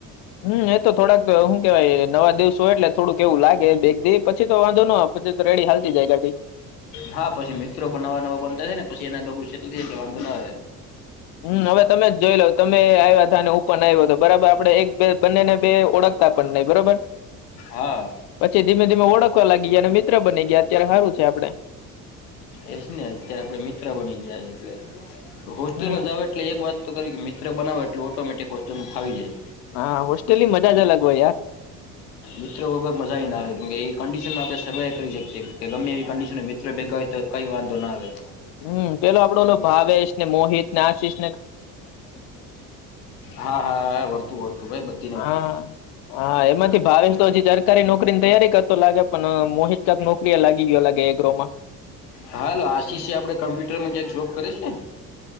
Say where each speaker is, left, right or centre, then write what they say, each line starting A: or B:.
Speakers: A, on the left; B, on the left.
A: હમ એ તો થોડાક હું કેવાય નવા દિવસ હોય એટલે થોડુંક એવું લાગે બે દિવ પછી તો વાંધો ન આવે પછી તો રેડી હાલતી જાય ગાડી
B: હા પછી મિત્રો પણ નવા નવા બનતા છે ને? પછી એુ છે તો થ વાંધો ના
A: હમ હવે તમે જ જોઈ લોાવ તમે આવ્યા હતાા અને ઓપન આવ્યો હતો બરાબર આપડે એક બે બંનેને ઓળખતા પણ નહી બરોબર
B: હા
A: પછી ધીમે ધીમે ઓળખવા લાગી અને બની ગયા અત્યારે સારું છે આપણે.
B: એજ ને અત્યારે આપડે મિત્ર બની ગયા છે એટલે હોસ્ટેલ
A: હમ
B: માં જ આવે એટલે એક વાત તો કર કે બનાવો એટલ ઓટોમેટિક હોસ્સ્ટ્યુમ થાવીાય
A: હા હોસ્ટેલની મજા જ અલગ હોય યાર.
B: મિત્રો વગર મજા આવી ના આવે કે એ કંડિશનમાં આપણે સર્વાઈવ કરી શકીએ કે ગમે એવી કંડિશન મિત્રો ભેગા કઈ વાંધો ના આવે.
A: હમ પેલો આપડો ન ભાવેશ ને મોહિત ને આશિષ.
B: હા હા વર્તું વર્તું ભાઈ બધ
A: હા હા એમાંથી ભાવિેશ તો હજી સરકારી નોકરી ની તૈયારી કરતો લાગે પણ મોહિત ક નોકરી લાગી ગયો લાગે ગ્રોમાં
B: હાલ આશિષી આપડે કોમ્પ્યુટરમાં ક્યાંક જોબ કરે છે ને?